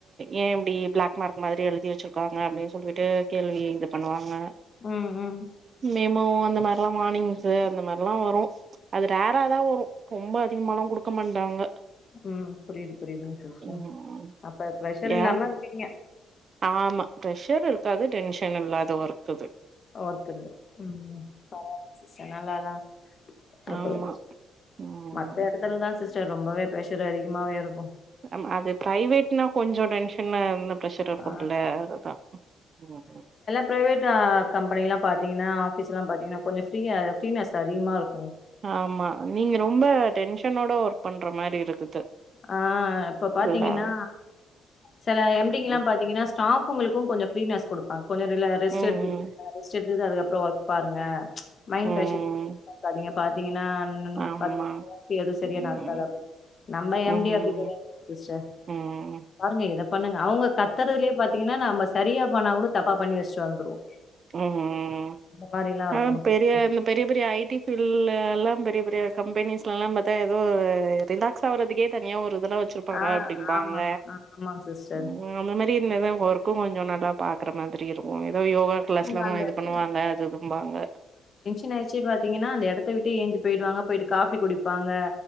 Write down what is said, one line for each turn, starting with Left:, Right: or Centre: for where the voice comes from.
Right: ஏ இப்டி பிளாக் மார்க் மாதிரி எல்தி வச்சிருக்காங்க அப்டின் சொல்லிட்டு கேள்வி இது பண்ணுவாங்க
Left: ம் ம்
Right: மேமோ அந்த மார்லா வானிங்கு அந்த மர்லா வரு அது ரேரா தா வரு ரொம்ப அதிகமாலா குடுக்க மாட்டாங்க
Left: ம் புரியுது புரியுதுங் சிஸ்டர்
Right: ம்
Left: அப்ப ப்ரஷர்
Right: ஏ
Left: இல்லாம இருக்கீங்க
Right: ஆமா ப்ரெஷர் இருக்காது டென்ஷன் இல்லாத ஒர்க்கு இது
Left: ஒர்க்குது ம் ம் பரவால்ல சிஸ்டர் நல்லாதா ருக்குது
Right: ஆமா ம்
Left: மத்த எடத்துல்லா சிஸ்டர் ரொம்பவே ப்ரஷர் அதிகமாவேருக்கு
Right: ஆமா அது ப்ரைவேட்னா கொஞ்சோ டென்ஷனா இந் ப்ரஷர் இருக்கும்ல்ல
Left: ஆ
Right: அதுதா ம்
Left: ப்ரைவேடா கம்பெனிலா பாத்தீங்கனா ஆஃபீஸ்லா பாத்தீங்கனா கொஞ்சோ ஃப்ரீயா ஃபிரினஸ் அதிகமா இருக்
Right: ஆமா நீங்க ரொம்ப டென்ஷனோட ஒர்க் பண்ற மாரி இருக்குது
Left: அ இப்ப பாத்தீங்கனா
Right: ஃபுல்லா
Left: செல எம் டிங்கலா
Right: ம்
Left: பாத்தீங்கனா ஸ்டாஃபுங்களுகொஞ்சோ ஃப்ரீனஸ் குடுப்பாங் கொஞ்சோ ரில ரெஸ்ட்
Right: ம்
Left: எடுத் ரெஸ்ட் எடு இது அதுக்கப்றோ ஒர்க் பாருங்க மைன்ட்
Right: ம்
Left: ப்ரஷர்லேயே பாக்காதீங்க பாத்தீங்கனா ம்
Right: ஆமா
Left: <inaudible> எதுவு
Right: ம்
Left: சரியா நடக்காது அப்டினு நம்ம
Right: ம்
Left: எம் டி அப்டி கெடேயாது சிஸ்டர்
Right: ம்
Left: பாருங்க இத பண்ணுங்க அவங்க கத்துறதுலேயே பாத்தீங்ன்னா நம்ம சரியா பண்ணா கூட தப்பா பண்ணி வெச்சுட்டு வந்துருவோ
Right: ம் ம்
Left: இந்த மாரில்லா இருக்கு
Right: ஆ பெரிய
Left: சிஸ்டர்
Right: <unintelligible> பெரிய பெரிய ஐ டி ஃபீல்டுலல்லா பெரிய பெரிய கம்பெனிஸ்லல்லா பாத்தா ஏதோ ஒரு ரிலாக்ஸ் ஆவுறதுக்கே தனியா ஒரு இதல்லா வெச்சிருப்பாங்க
Left: ஆ
Right: அப்டிம்பாங்க
Left: ஆமாங்க ஆ ஆமாங்க சிஸ்டர்
Right: ம் அந்த மாரி இருந்தா தா ஒர்க்கோ கொஞ்சோ நல்லா பாக்குற மாதிரி இருக்கோ ஏதோ யோகா க்ளாஸ்ல்லா
Left: அவங்க அந்த
Right: இது
Left: எடத்து
Right: பண்ணுவாங்க அது இதும்பாங்க
Left: இன்னாச்சி பாத்தீங்கன்னா அந்த எடத்த விட்டே ஏஞ்சி போய்டுவங்க போய்ட்டு காஃபி குடிப்பாங்க